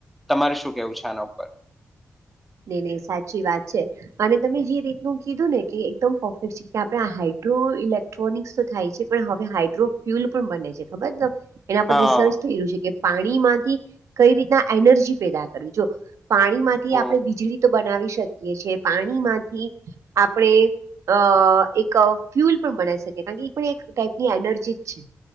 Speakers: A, in the centre; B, on the right.
A: તમારે શું કેવું છે આના ઉપર
B: નહી નહી સાચી વાત છે અને તમે જે રીતનું કીધું ને કે એકદમ પરફેક્ટ છે કે આપણેે આ હાઇડ્રો ઇલેક- ટ્રોનિકસ તો થાય છે પણ હવે હાઇડ્રોફ્યુલ પણ બને છે, ખબર તમને એના
A: હા
B: પર રિસર્ચ થઈ રહ્યું છે કે પાણીમાંથી કઈ રીતના એનર્જી પેદા કરવી, જો પાણીમાંથી
A: ઓ
B: આપણે વીજળી તો બનાવી શકીએ છીએ, પાણી માંથી આપણે અ એક ફ્યુલ પણ બનાવી શકે આની પણ એક ટાઈપની એનર્જી જ છે.